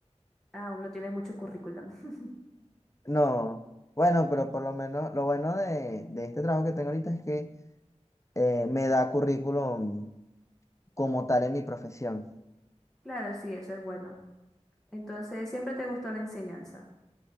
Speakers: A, in the centre; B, on the left.
A: Aún no tienes mucho currículum. <laughs>
B: No, bueno, pero por lo menos lo bueno de, de este trabajo que tengo ahorita es que eh, me da currículum como tal en mi profesión.
A: Claro, sí, eso es bueno. Entonces, siempre te gustó la enseñanza.